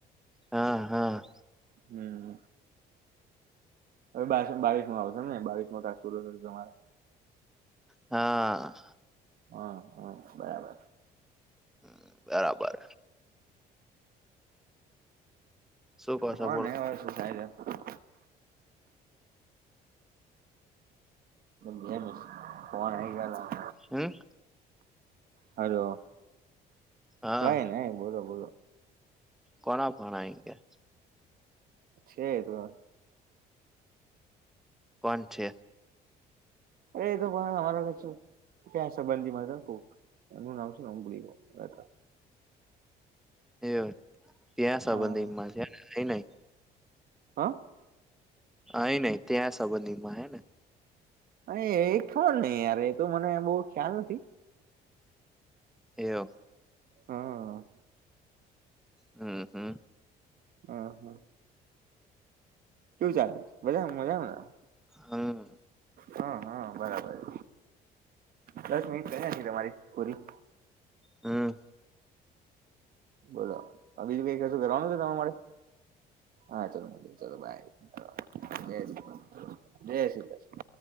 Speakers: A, in the centre; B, on the right.
A: હા હા.
B: હમ્મ હમ્મ. હવે બાર બાવીસમાં આવશે ને બાવીસમો ટાસ્ક પૂરો થશે તમારે
A: હા.
B: હા હમ્મ બરાબર.
A: હમ્મ બરાબર. શું કહો છો
B: હો
A: બોલો
B: નહી હોય સાહેબ જાવા બે ફોન આઈ ગયા ને હવે
A: હમ્મ.
B: હલો
A: હા
B: કઈ નઈ બોલો બોલો
A: કોના ફોન આઈ ગયા.
B: છે એ તો હ
A: કોણ છે.
B: અરે એ તો પણ અમારા વચું ક્યાં સંબંધીમાં જ હતું. એનું નામ છે ઉબલી કઉ એટલે
A: એ ત્યાં સંબંધીમાં
B: હા
A: છે નઈ નઈ
B: હા.
A: આઈ નઈ ત્યાં સંબંધીમાં હેને
B: અ એ <unintelligible> યાર એ તો મને બહૂ ખ્યાલ નથી
A: એઉ
B: હા
A: હમ્મ, હમ્મ
B: હ હા શું ચાલે છે બધા મજામાં ના
A: હમ્મ.
B: હા હા બરાબર દસ મિનિટ કરી નાખી તમારી પુરી
A: હમ્મ.
B: બોલો અભિજભાઈ કશું કરવાનું છે તમ તમારે હા ચાલો મિલતે હૈ ચાલો બાય હા જય શ્રી કૃષ્ણ જય શ્રી કૃષ્ણ